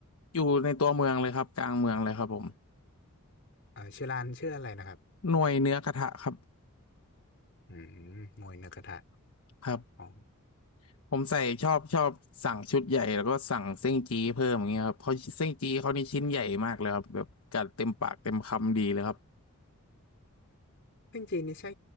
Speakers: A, on the left; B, on the left.
A: อยู่ในตัวเมืองเลยครับกลางเมืองเลยครับผม
B: เอ่อชื่อร้านชื่ออะไรนะครับ
A: หน่วยเนื้อกระทะครับ
B: อืมมวยเนื้อกระทะ
A: ครับ
B: อ๋อ
A: ผมใส่ชอบชอบสั่งชุดใหญ่แล้วก็สั่งเส้นจี้เพิ่มอย่างเงี้ยครับเขาเส้นจี้เขานี่ชิ้นใหญ่มากเลยครับแบบกัดเต็มปากเต็มคำดีเลยครับ
B: ซึ่งจีนนี่ใช่